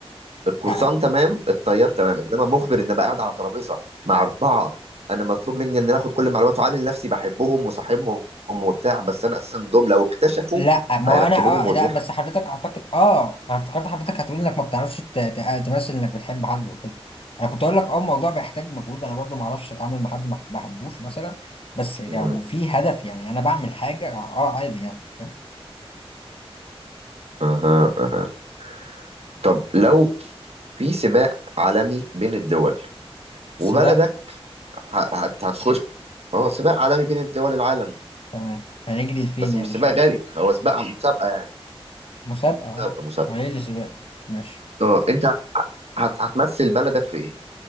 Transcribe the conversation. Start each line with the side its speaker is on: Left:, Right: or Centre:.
Right: القرصان
Left: آه.
Right: تمام الطيار تمام انما مخبر ان ابقى قاعد على ترابيزه مع اربعه انا مطلوب مني ان انا اخد كل المعلومات وعامل نفسي بحبهم وصاحبهم وبتاع بس انا اساسا دول لو اكتشفوا
Left: لا ما
Right: هيركبوني
Left: هو انا
Right: مرجيحه
Left: اه لا بس حضرتك اعتقد اه انا افتكرت حضرتك هتقول انك ما بتعرفش ت- ت- تمثل انك بتحب حد وكده انا كنت اقول لك اه الموضوع بيحتاج مجهود انا برضو ما اعرفش اتعامل مع حد ما بح- بحبوش مثلا بس لو
Right: مم.
Left: في هدف يعني انا بعمل حاجه اه عادي يعني فاهم
Right: اها اها طب لو في سباق عالمي بين الدول
Left: سباق
Right: وبلدك ه- هت- هتخش هو سباق عالمي بين الدول العالم
Left: تمام هنجري لفين
Right: بس
Left: يعني
Right: مش
Left: مش
Right: سباق
Left: فاهم
Right: جري هو سباق عن- مسابقة يعني
Left: مسابقة اه
Right: مسابقة مسابقة
Left: معلش الأسباب ماشي
Right: اه انت هت... هت... هتمثل بلدك في ايه؟